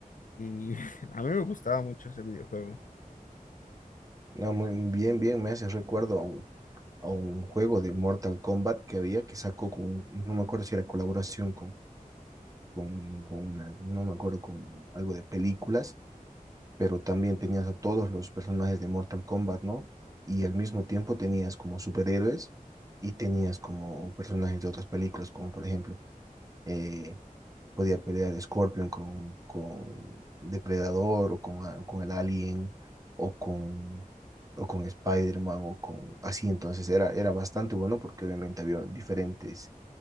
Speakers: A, on the left; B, on the right.
A: y <laughs> a mí me gustaba mucho ese videojuego.
B: No, muy bien, bien, me hace recuerdo a un juego de Mortal Kombat que había que sacó con, no me acuerdo si era colaboración con, con, con una, no me acuerdo, con algo de películas, pero también tenías a todos los personajes de Mortal Kombat, ¿no? Y al mismo tiempo tenías como superhéroes y tenías como personajes de otras películas, como por ejemplo eh, podía pelear Scorpion con, con Depredador o con, a- con el Alien o con, o con Spider-Man o con así. Entonces era, era bastante bueno porque obviamente había diferentes,